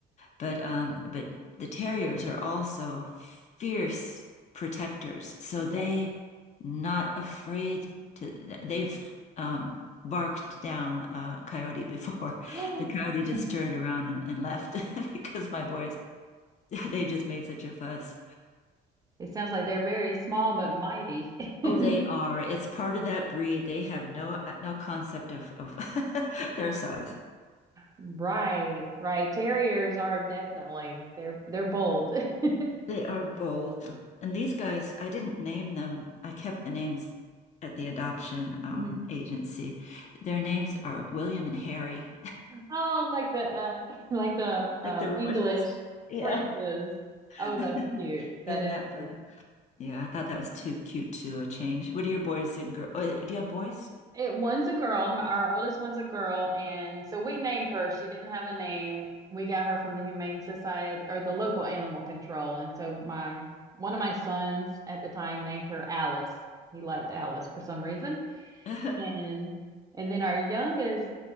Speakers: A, on the left; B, on the right.
A: But um, but the terriers are also fierce protectors, so
B: Yeah.
A: they not afraid to. They've um, barked down a coyote before. <laughs>
B: <gasps>
A: The coyote just turned around and, and left <laughs> because my boys <laughs> they just made such a fuss.
B: It sounds like they're very small but mighty. <laughs>
A: Oh, they are. It's part of that breed. They have no no concept of, of <laughs> their size.
B: Right. Right. Terriers are definitely they're they're bold. <laughs>
A: They are bold. And these guys, I didn't name them. I kept the names at the adoption um,
B: Mhm.
A: agency. Their names are William and Harry,
B: Oh, like the uh <laughs> like the
A: <laughs>
B: um
A: like the royals.
B: English
A: Yeah.
B: princes.
A: <laughs>
B: Oh, that's cute. That
A: Isn't
B: is
A: that
B: cute.
A: funny? Yeah, I thought that was too cute to uh, change. What are your boys and girls? Oh, do you have boys?
B: It one's a girl. My- Our oldest one's a girl, and so we named her. She didn't have a name. We got her from the Humane Society or the local animal control. And so my one of my sons at the time named her Alice. He liked Alice for some reason.
A: <laughs>
B: And and then our youngest,